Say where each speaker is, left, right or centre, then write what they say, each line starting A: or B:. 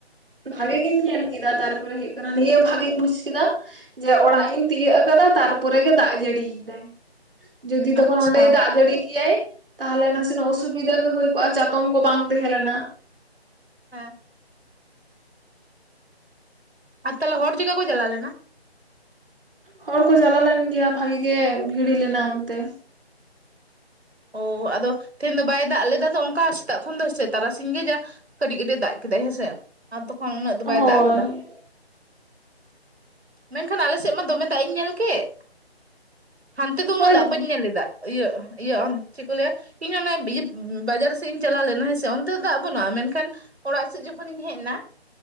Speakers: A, on the right; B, on the right.
A: ᱵᱷᱟᱜᱮ ᱜᱤᱧ ᱧᱮᱞ ᱠᱮᱫᱟ ᱛᱟᱨᱯᱚᱨᱮ ᱦᱩᱭᱩᱜ ᱠᱟᱱᱟ ᱱᱤᱭᱟᱹ ᱵᱷᱟᱜᱤᱧ ᱵᱩᱡ ᱠᱮᱫᱟ, ᱡᱮ ᱚᱲᱟᱜ
B: ᱦᱩᱸ
A: ᱤᱧ ᱛᱤᱭᱟᱹᱜ ᱟᱠᱟᱫᱟ ᱛᱟᱨᱯᱚᱨᱮ ᱜᱮ ᱫᱟᱜ ᱡᱟᱹᱲᱤᱭ ᱮᱫᱟᱭ, ᱡᱩᱫᱤ
B: ᱟᱪᱪᱷᱟ
A: ᱛᱚᱠᱷᱚᱱ ᱚᱸᱰᱮ ᱫᱟᱜ ᱡᱟᱹᱲᱤ ᱠᱮᱭᱟᱭ ᱛᱟᱦᱚᱞᱮ
B: ᱦᱩᱸ
A: ᱱᱟᱥᱮᱱᱟᱜ ᱚᱥᱩᱵᱤᱫᱟ ᱜᱮ ᱦᱩᱭ ᱠᱚᱜ-ᱟ ᱪᱟᱛᱚᱢ ᱠᱚ ᱵᱟᱝ ᱛᱟᱦᱮᱸ ᱞᱮᱱᱟ᱾
B: ᱦᱮᱸ᱾ ᱟᱨ ᱛᱟᱦᱚᱞᱮ ᱦᱚᱲ ᱪᱤᱠᱠᱟ ᱠᱚ ᱪᱟᱞᱟᱣ ᱞᱮᱱᱟ?
A: ᱦᱚᱲ ᱠᱚ ᱪᱟᱞᱟᱣ ᱞᱮᱱ ᱜᱮᱭᱟ ᱵᱷᱟᱜᱤ ᱜᱮ ᱵᱷᱤᱲ ᱞᱮᱱᱟ ᱚᱱᱛᱮ,
B: ᱚ ᱟᱫᱚ ᱛᱮᱦᱮᱧ ᱫᱚ ᱵᱟᱭ ᱫᱟᱜ ᱞᱮᱫᱟ ᱛᱚ ᱚᱱᱠᱟ ᱥᱮᱛᱟᱜ ᱠᱷᱚᱱ ᱫᱚ ᱛᱟᱨᱟᱥᱤᱧ ᱜᱮ ᱡᱟ ᱠᱟᱹᱴᱤᱡ ᱠᱟᱹᱴᱤᱡ ᱮ ᱫᱟᱜ ᱠᱮᱫᱟᱭ ᱦᱮᱸᱥᱮ ᱟᱨ ᱛᱚᱠᱷᱚᱱ ᱩᱱᱟᱹᱜ ᱫᱚ ᱵᱟᱭ
A: ᱦᱳᱭ
B: ᱫᱟᱜ ᱟᱠᱟᱫᱟ, ᱢᱮᱱᱠᱷᱟᱱ ᱟᱞᱮᱥᱮᱫ ᱢᱟ ᱫᱚᱢᱮ ᱫᱟᱜ ᱤᱧ ᱧᱮᱞ ᱠᱮᱫ, ᱦᱟᱱᱛᱮ ᱫᱚ ᱩᱱᱟᱹᱜ
A: ᱦᱳᱭ
B: ᱫᱟᱜ ᱵᱟᱹᱧ ᱧᱮᱞᱮᱫᱟ ᱤᱭᱟᱹ ᱤᱭᱟᱹ ᱪᱮᱫ ᱠᱚ ᱞᱟᱹᱭᱟ ᱤᱧ ᱚᱱᱮ ᱵᱟᱡᱟᱨ ᱥᱮᱫ ᱤᱧ ᱪᱟᱞᱟᱣ ᱞᱮᱱᱟ ᱦᱮᱸᱥᱮ ᱚᱱᱛᱮ ᱫᱚ ᱫᱟᱜ ᱵᱟᱹᱱᱩᱜ-ᱟ ᱢᱮᱱᱠᱷᱟᱱ ᱚᱲᱟᱜ ᱥᱮᱫ ᱡᱚᱠᱷᱚᱱᱤᱧ ᱦᱮᱡ ᱮᱱᱟ